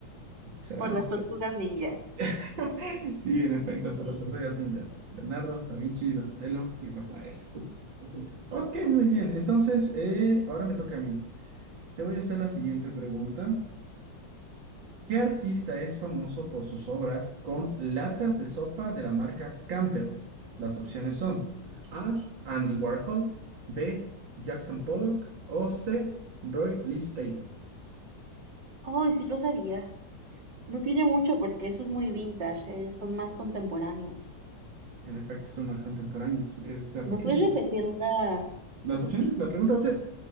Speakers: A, on the right; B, on the right.
A: ¿Será?
B: Por las
A: No será.
B: tortugas ninja.
A: <laughs> Sí, en efecto, por las tortugas ninja. Leonardo, Da Vinci, Donatello y Rafael. Ok, muy bien. Entonces, eh, ahora me toca a mí. Te voy a hacer la siguiente pregunta. ¿Qué artista es famoso por sus obras con latas de sopa de la marca Campbell? Las opciones son A. Andy Warhol, B. Jackson Pollock o C. Roy Lichtenstein.
B: Ay, sí lo sabía. No tiene mucho porque eso es muy vintage, eh, son más contemporáneos.
A: En efecto, son más contemporáneos, es de reciente.
B: ¿Me puedes repetir las?
A: Las opciones, la pregunta, ok.